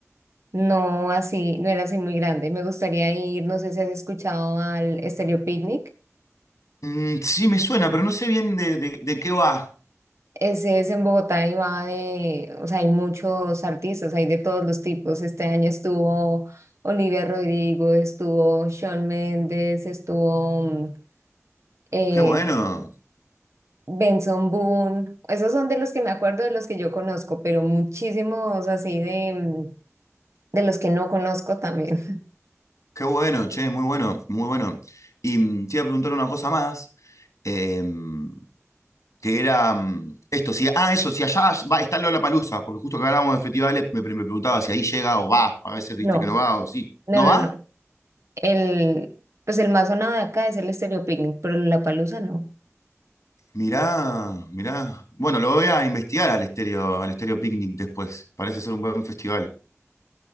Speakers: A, on the right (about 60°); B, on the left (about 75°).
A: no así, no era así muy grande. Me gustaría ir, no sé si has escuchado al Estéreo Picnic.
B: Mm, sí, me suena, pero no sé bien de, de- de qué va.
A: Ese es en Bogotá y va de, o sea, hay muchos artistas, hay de todos los tipos. Este año estuvo Olivia Rodrigo, estuvo Shawn Mendes, estuvo... mm, eh,
B: Qué bueno,
A: Benson Boone, esos son de los que me acuerdo, de los que yo conozco, pero muchísimos así de, mm, de los que no conozco también. <laughs>
B: qué bueno, che, muy bueno, muy bueno. Y mm, te iba a preguntar una cosa más, em, que era mm, esto, si, ah, eso, si allá va, está Lollapalooza, porque justo que hablábamos de festivales, me, pre- me preguntaba si ahí llega o va, a veces viste
A: No,
B: que no va o sí.
A: no,
B: ¿No
A: no,
B: va?
A: no. El, pues el más sonado de acá es el Stereo Picnic, pero la palusa no,
B: Mirá, mirá. Bueno, lo voy a investigar al Estéreo, al Estéreo Picnic después. Parece ser un buen festival.